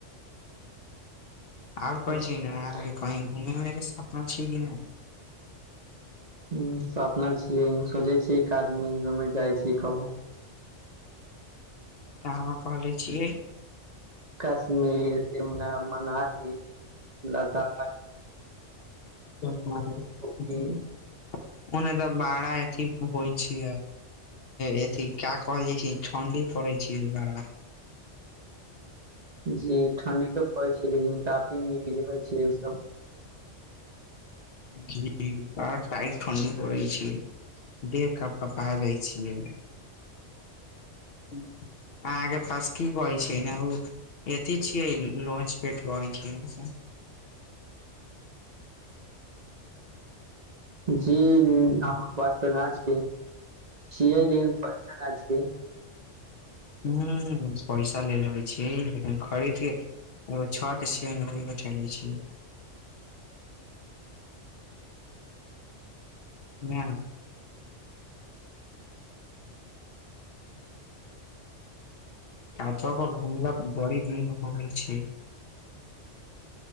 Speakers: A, on the left; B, on the right.
A: आओर
B: हूँ
A: कहै छी ना आहाँ के कही घुम सपना छै कि नहि
B: ह स अपना छियै
A: नहि
B: सोचै छियै कश्मीर घू जाइ छीयै कब
A: का हमा कहलै छियै
B: कश्मीर शिमला मनाली लदाख
A: <unintelligible>
B: ऊटी
A: ओने तऽ बड़ा एथी होइ छै एथी का कहल जाय छै ठण्डी पड़ै छी बड़ा
B: जी ठंडी तऽ पड़ै छै लेकिन काफी नीक जगह छै ई सब
A: जी आ इट <unintelligible> ठण्डी पड़े छै देह कपकपा जाय छियै अहाँके पास की कहै छै ने ओ एथी छियै लॉंचपेट कहै छियै हमसब
B: जी हम पास त नाचके छियै लेकिन पैसा नाचके
A: ह पैसा ले लेबै छीयै लेकिन खरीद छत छिय ने होय चलै छै हँ कतप घुमला बड़ी घुम घुम छै